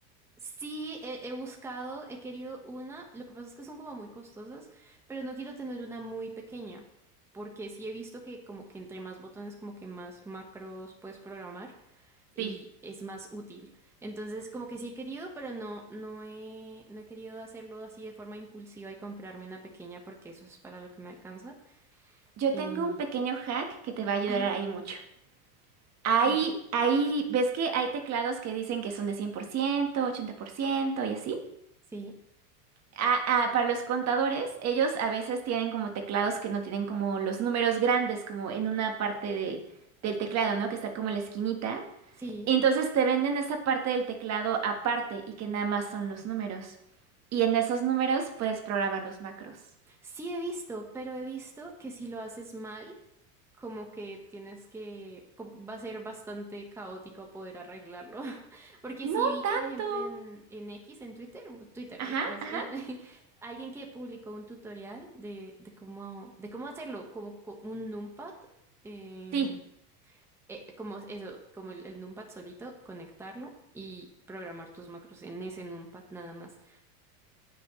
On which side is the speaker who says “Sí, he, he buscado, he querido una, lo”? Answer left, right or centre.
Centre